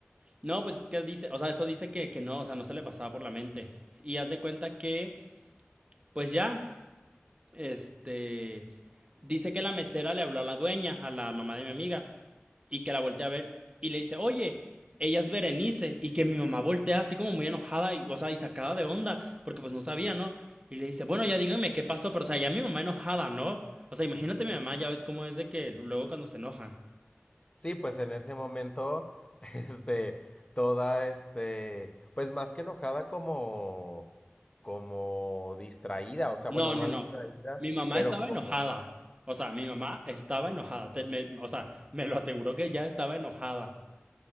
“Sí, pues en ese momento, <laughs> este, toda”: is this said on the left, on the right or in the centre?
Left